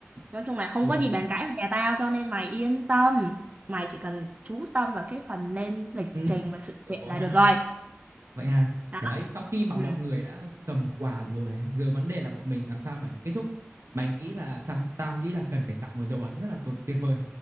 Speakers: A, on the right; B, on the right.
A: Nói chung là không
B: Ừ,
A: có gì bàn cãi về nhà tao cho nên mày yên tâm. Mày chỉ cần chú tâm vào cái phần lên lịch
B: ừ,
A: trình và sự
B: được
A: kiện
B: rồi
A: là
B: ha.
A: được rồi.
B: Vậy ha.
A: Đó.
B: Đấy, sau khi mà
A: Ừ.
B: mọi người đã cầm quà vô này, giờ vấn đề là bọn mình làm sao mà để kết thúc. Mày nghĩ là sao? Tao nghĩ là cần phải tạo một dấu ấn rất là tốt tuyệt vời.